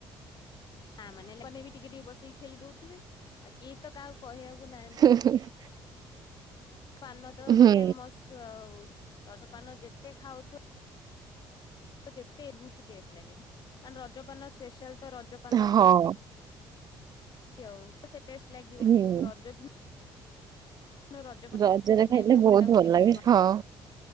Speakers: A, on the left; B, on the right.
A: ମା ମାନେ ଲୋକେ ମାନେ ବି ଟିକେ ଟିକେ ବସେଇକି ଖେଳି ଦଉଥିବେ। ଆଉ କିଏ ତ କାହାକୁ କହିବାକୁ ନାହାନ୍ତି।
B: <unintelligible>
A: ପାନ ତ
B: ହୁଁ
A: ଫେମସ୍ ଆଉ ରଜପାନ ଯେତେ ଖାଉଥିବ ଯେତେ ବହୁତ ଟେଷ୍ଟ ଲାଗେ। କାରଣ ରଜପାନ ସ୍ପେଶାଲ ତ ରଜପାନ
B: ହଁ
A: କୁହନ୍ତି ଆଉ ସେ ଟେଷ୍ଟ ଲାଗିବନି
B: ହୁଁ
A: କିନ୍ତୁ ରଜ ଦି ନ ରଜ ପାନ
B: ରଜରେ
A: ସିଏ
B: ଖାଇଲେ
A: ନେବେ
B: ବହୁତ
A: ଗୋଟାକୁ
B: ଭଲ
A: ତିରିଶ
B: ଲାଗେ
A: ଟଙ୍କା
B: ହଁ